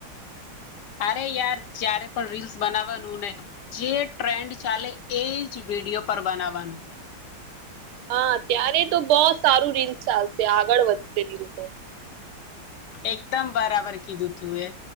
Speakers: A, on the left; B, on the right.
A: અરે યાર જ્યારે પણ રીલ્સ બનાવવાનું ને જે ટ્રેન્ડ ચાલે એ જ વિડીિયો પર બનાવવાનું.
B: હા ત્યારે તો બહ સારું રીલ ચાલશે આગળ વધશે રીલ તો.
A: એકદમ બરાબર કીધું તું એ